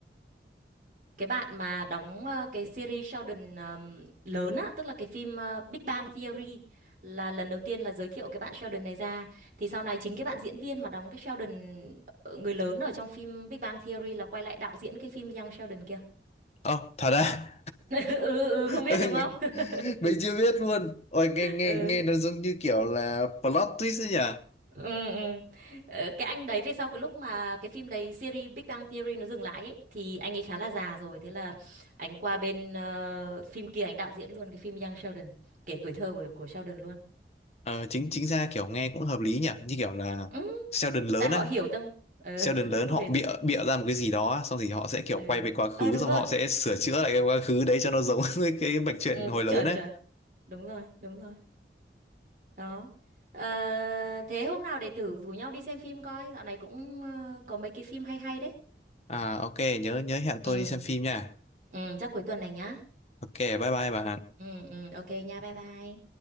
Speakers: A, on the right; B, on the left.
A: Cái bạn mà đóng ờ, cái series Sheldon ờm, lớn á, tức là cái phim ờ, Big Bang Theory là lần đầu tiên là giới thiệu cái bạn Sheldon này ra thì sau này chính cái bạn diễn viên mà đóng cái Sheldon ờ, người lớn ở trong phim Big Bang Theory là quay lại đạo diễn cái phim Young Sheldon kia.
B: Ơ, thật à?
A: <laughs> Ừ, ừ, ừ, không biết
B: <laughs>
A: đúng
B: Nghe-
A: không? <laughs>
B: Mình chưa biết luôn. Ôi, nghe nghe
A: Ừ.
B: nghe nó giống như kiểu là plot twist ấy nhỉ?
A: ừ ừ Ờ, cái anh đấy về sau cái lúc mà cái phim đấy series Big Bang Theory nó dừng lại ấy, thì anh ấy khá là già rồi thế là anh qua bên ờ, phim kia anh đạo diễn luôn cái phim Young Sheldon kể tuổi thơ của của Sheldon luôn
B: Ờ, chính chính ra kiểu nghe cũng hợp lý nhỉ? Như kiểu là
A: ừ,
B: Sheldon lớn
A: tại họ
B: á.
A: hiểu tâm ờ
B: Sheldon
A: <laughs>
B: lớn họ
A: về
B: bịa bịa ra một cái gì đó á, xong thì họ sẽ kiểu
A: ừ.
B: quay về quá khứ
A: ờ đúng
B: xong
A: rồi
B: họ sẽ sửa chữa lại cái quá khứ đấy cho nó giống <laughs> với cái mạch truyện
A: ừ,
B: hồi lớn
A: chuẩn
B: á.
A: chuẩn đúng rồi đúng rồi đó Ờ, thế hôm nào để thử rủ nhau đi xem phim coi dạo này cũng ờ, có mấy cái phim hay hay đấy
B: À ok, nhớ nhớ hẹn
A: ừ
B: tôi đi xem phim nha.
A: ừ chắc cuối tuần này nhá
B: Ok, bye bye bà.
A: ừ ừ ok nha bye bye